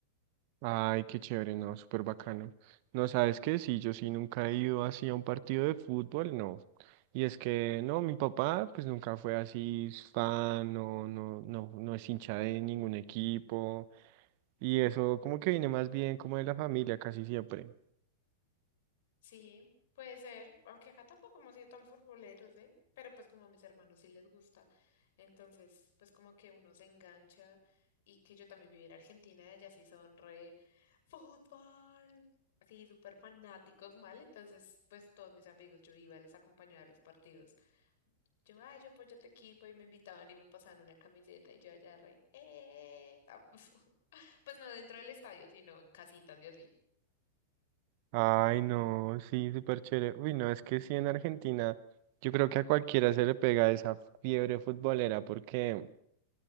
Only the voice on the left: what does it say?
Sí, puede ser, aunque acá tampoco hemos sido tan futboleros, ¿eh? Pero pues como a mis hermanos sí les gusta, entonces pues como que uno se engancha y que yo también viví en Argentina, ellas sí son re fútbol, así súper fanáticos mal, entonces pues todos mis amigos, yo iba y los acompañaba a los partidos. Yo, ay, yo apoyo a tu equipo y me invitaban y me pasaban una camiseta y yo allá re, eh, <laughs> pues no dentro del estadio, sino en casitas y así.